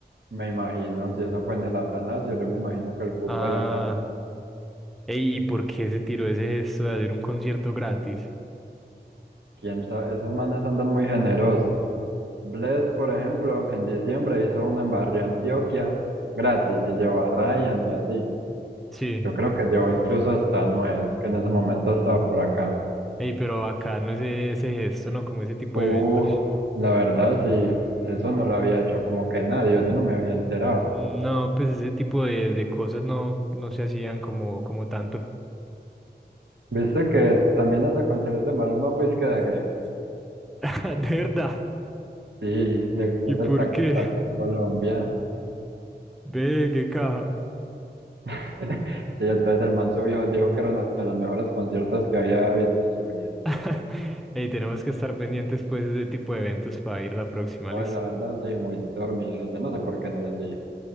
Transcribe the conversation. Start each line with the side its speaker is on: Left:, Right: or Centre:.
Right: me imagino. Si eso fue en el Atanasio, yo me imagino que el cupo
Centre: Ah.
Right: del Atanasio,
Centre: Ey, ¿y por qué se tiró ese gesto de hacer un concierto gratis?
Right: quién sabe, esos manes andan muy generosos. Bless, por ejemplo, en diciembre hizo una en Barrio Antioquia gratis y llevó a Ryan y así.
Centre: Sí.
Right: Yo creo que llevó incluso hasta a Noel, que en ese momento estaba por acá.
Centre: Ey, pero acá no es ese gesto, ¿no? Como ese tipo
Right: Uf,
Centre: de eventos.
Right: la verdad sí, eso no lo había hecho como que nadie, yo no me había enterado.
Centre: No, pues ese tipo de, de cosas no, no se hacían como, como tanto.
Right: ¿Viste que también hace conciertos de Maluma fuiste que de Gref?
Centre: <laughs> De verdad.
Right: Sí, de Gref
Centre: ¿Y por
Right: está
Centre: qué?
Right: por acá en Colombia.
Centre: Ve, qué caja.
Right: <laughs> Sí, entonces el man subió, dijo que era uno de los mejores conciertos que había visto en su vida.
Centre: <laughs> Ey, tenemos que estar pendientes pues de ese tipo de eventos para ir la próxima,
Right: Oye,
Centre: ¿listo?
Right: la verdad sí, muy dormido, yo no sé por qué no les dije.